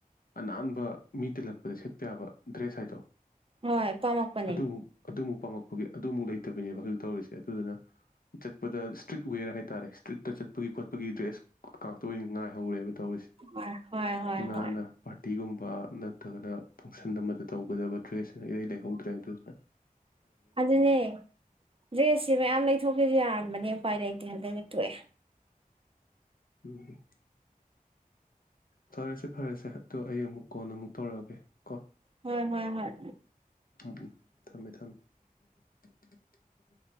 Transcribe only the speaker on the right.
ꯍꯣꯏ ꯄꯥꯝꯃꯛꯄꯅꯦ꯫
ꯍꯣꯏ ꯍꯣꯏ ꯍꯣꯏ
ꯍꯣꯏ
ꯑꯗꯨꯅꯦ ꯗ꯭ꯔꯦꯁꯁꯦ ꯃꯌꯥꯝ ꯂꯩꯊꯣꯛꯀꯦꯁꯨ ꯌꯥꯔꯝꯕꯅꯦ꯫ ꯄꯥꯏ ꯂꯩꯇꯦ ꯍꯟꯇꯛ ꯇꫭꯛꯑꯦ꯫
ꯍꯣꯏ ꯍꯣꯏ ꯍꯣꯏ